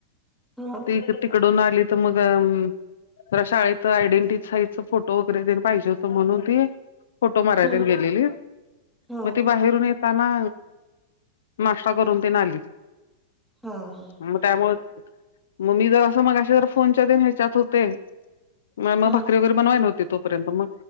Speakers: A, in the centre; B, on the left.
A: हा
B: ती तिकडून आलीत मग जरा शाळेत आयडेंटि साईजच फोटो वगैरे तेन पाहिजे होतं म्हणून ती फोटो माराय
A: हम्म
B: तेन गेलेलीत,
A: हा
B: मग ती बाहेरून येत ताना नाश्ता करून तेन आलीत.
A: हा हा.
B: मग त्यामुळं मग मी जरांस मगाशी जरां फोनच्यात ह्याच्यात होते मग
A: हा
B: <unintelligible> भाकरी <unintelligible> बनवा नव्हती तोपर्यंत, मग